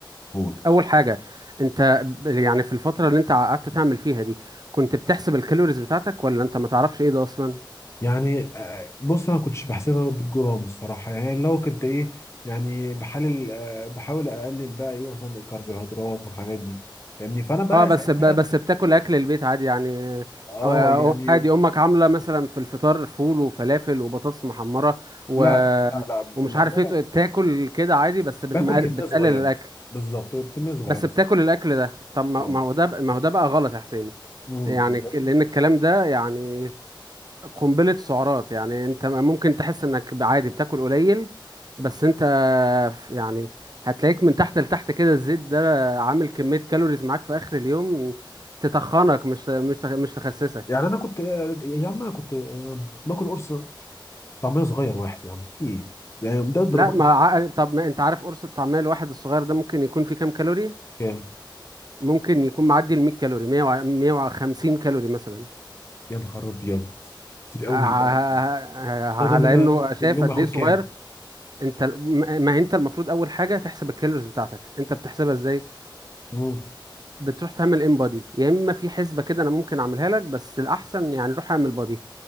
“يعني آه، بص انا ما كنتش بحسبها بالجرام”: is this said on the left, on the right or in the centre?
Left